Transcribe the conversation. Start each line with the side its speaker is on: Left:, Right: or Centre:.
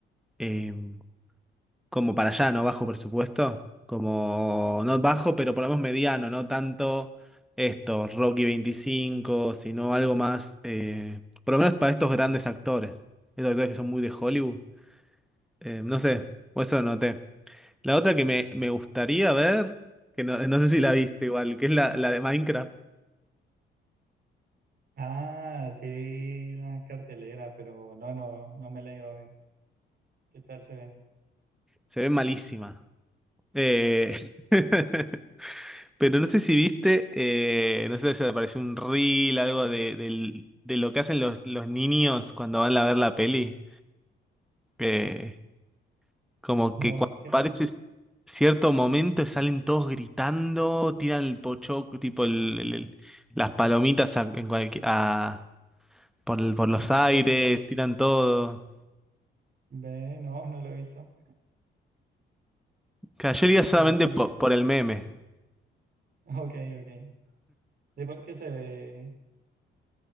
Centre: em, como para allá, ¿no? Bajo presupuesto, como no bajo, pero por lo menos mediano, no tanto esto, Rocky 25 sino algo más, eh, por lo menos para estos grandes actores, esos actores que son muy de Hollywood, Eh, no sé, o eso noté. La otra que me, me gustaría ver, que no, no sé si
Right: Ujú.
Centre: la viste igual, que es la, la de Minecraft,
Right: Ah, sí, vi la cartelera, pero no, no, no me la iba a ver. ¿Qué tal se ve?
Centre: se ve malísima. Eh, <laughs> Pero no sé si viste, eh, no sé si te apareció un reel, algo de, del- de lo que hacen los, los niños cuando van a ver la peli. Eh, como
Right: No,
Centre: que cuando
Right: ¿qué
Centre: aparece
Right: hacen?
Centre: cierto momento salen todos gritando, tiran el pocho tipo el- el- el- las palomitas a, en cualquier- a- por, el- por los
Right: ¿Al
Centre: aires,
Right: suelo?
Centre: tiran todo.
Right: Ve, no, no lo he visto,
Centre: Que ayer iba solamente
Right: pero sí.
Centre: po- por el meme.
Right: Ok, ok. Sí, porque se ve.